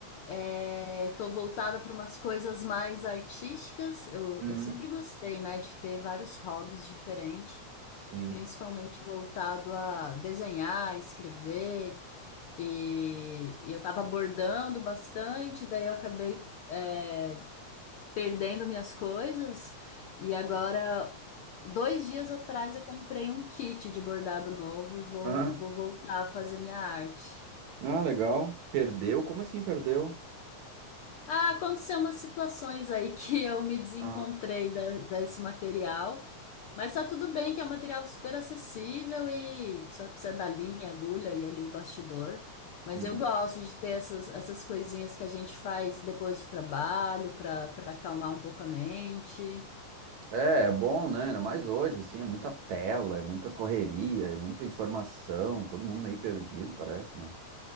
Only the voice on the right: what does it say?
hum,
sim.
Aham.
Ah, legal. Perdeu? Como assim perdeu?
Ah,
Sim.
É, é bom, né? Ainda mais hoje, assim, é muita tela, é muita correria, é muita informação, todo mundo meio perdido, parece, né?